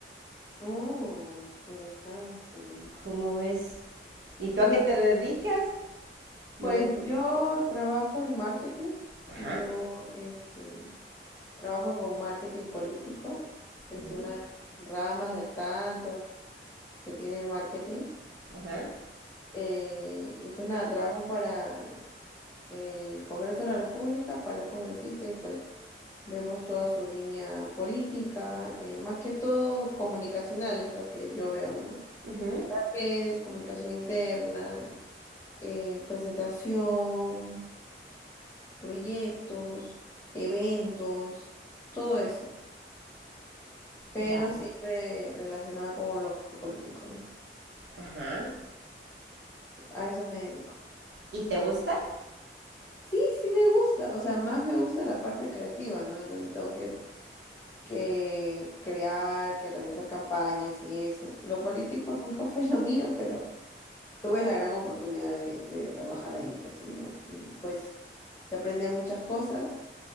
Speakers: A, on the left; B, on the right.
A: Oh, interesante.
B: ¿Cómo ves? ¿Y
A: Sí,
B: tú a qué te
A: no,
B: dedicas? No
A: Pues
B: me has contado.
A: yo trabajo en marketing.
B: Ajá.
A: Yo este, trabajo con marketing político. Es
B: Mm,
A: una rama de tantos que tiene el marketing.
B: Ajá.
A: Eh, y pues nada, trabajo para el Congreso de la República, para un congresista y pues vemos toda su línea política, eh, más que todo comunicacional es lo que yo veo, ¿no?
B: Uh-huh.
A: Pues, comunicación interna, eh, presentación, proyectos, eventos, todo eso, pero
B: Wow.
A: siempre relacionada con lo político, ¿no?
B: Ajá.
A: A eso me dedico.
B: ¿Y te gusta?
A: Sí, sí me gusta, o sea, más me gusta la parte creativa, ¿no? En donde tengo que, que crear, que realizar campañas y eso. Lo político nunca fue lo mío, pero tuve la gran oportunidad de, de trabajar ahí, pues sí, ¿no? Y pues se aprende muchas cosas